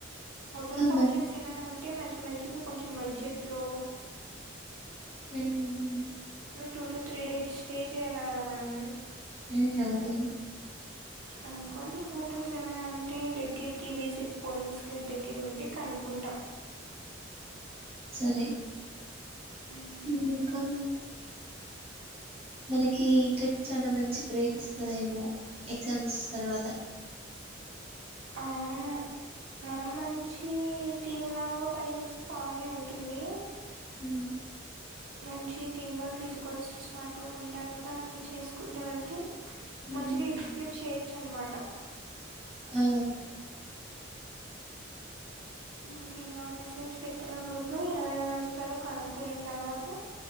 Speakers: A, on the right; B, on the right.
A: హోటల్స్
B: ఇంకా
A: ఆప్షన్స్
B: మరి
A: ఏమైనా ఉంటా తే మంచి మంచిగా కొంచం బడ్జెట్ లో
B: హ్మ్.
A: Two to three days stay చేయాలి కదా మనం
B: ఉ అవును
A: కనుక్కొని హోటల్స్ ఏమైనా ఉంటే దగ్గరకి విజిట్ పాయింట్స్ కి దగ్గర ఉంటే కనుక్ కుంట
B: సరే
A: మ్మ్.
B: ఇంక మనకి ట్రిప్ చాలా మంచి బ్రేక్ ఇస్తుందేమో ఎగ్జామ్స్ తర్వాత
A: ఆఅవును మనం మంచి టీం లాగా పని చేస్తే బాగానే ఉంటుంది
B: హుమ్
A: మంచి team work is equal to smart work అంటారు కదా అట్లా చేసుకుంటే వెళ్తే
B: హ్మ్.
A: మంచిగా ఎగ్జిక్యూట్ చేయొచ్చు అనమాట
B: ఆ
A: ఇంక ఇంకా మెసేజ్ పెట్టాల గ్రూప్ లో ఎవరెవరు వస్తారో కనుక్కున తర్వాత